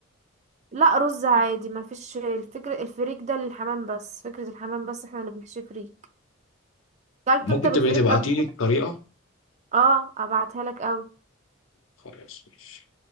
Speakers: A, on the right (about 35°); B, on the left (about 80°).
A: لا رز عادي مفيش الفكرة الفريك ده للحمام بس فكرة الحمام بس احنا اللي بنحشيه فريك كلته
B: ممكن
A: انت بالفريك
B: تبقي تبعتيلي
A: قبل
B: الطريقة
A: اه ابعتها لك قوي
B: خلاص ماشي